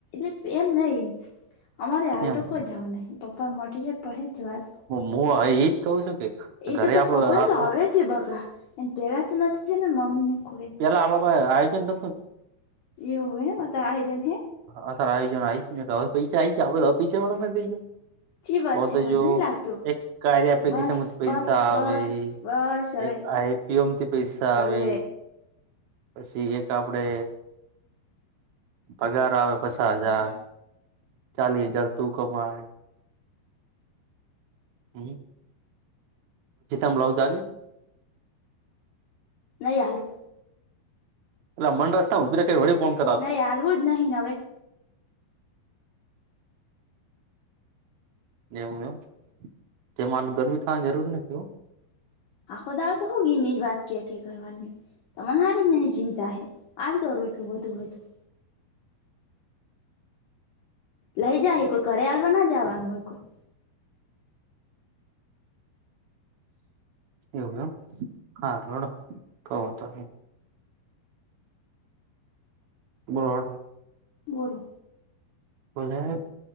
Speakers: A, on the left; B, on the right.
A: એટલે એમ નઈ અમારે આલ
B: એમ
A: તો કોઈ જાઉનેહી બાપા માટીરે પછી હેંચ વાત
B: મુવા આ હી હું એજ કહું છું કે
A: એ
B: ઘરે
A: તો પપ્પાને
B: આપડે આટલું
A: તો હવે છે બગા એને પહેલાં તો નથી ચ મમ્મી ને કોઈ
B: લા આ બાબ આયોજન <inaudible>
A: એવું હે મત આઈજન હે
B: અ સાર આયોજન આ આવી જ ને એટલે હવે પૈસા આ જ આપડવા પૈસા વાળા થઈયા
A: ચી વાત
B: ઓ
A: છે
B: તો
A: મને
B: જો
A: નઈ લાગતું
B: એક કાર્યે
A: બસ
B: કસાજ પૈસા
A: બસ
B: આવે.
A: બસ બસ હવે
B: એક આઈપીએમ થી પૈસા
A: હળવે
B: આવે પછી એક આપડે. પગાર આવે પચાસ
A: હે ભગવાન
B: હજાર ચાલીસ હજાર તું કમાય. હમ. મ બ્લાઉ.
A: નહી આલુ.
B: એ મન રસ્તા ઉ ઉપરળ
A: નહી હલવું જ નહી હવે.
B: વું એ જે માલ ગરમી થવાની જરૂર નથીવું.
A: આાંખોદાર તો હોગી ન વાત ક્યા ક્યા કરની. તમાને હરે અહં ની ચિંતા હૈ હાલ દોરું એટલું બધું હોયું. લઈ જાય હ કોઈ કર હલવા ના જવાનું હોય કોઈ.
B: એવું એમ હા રોડો કવ તમે. બ્રડ.
A: બોરોલો.
B: બલેગ.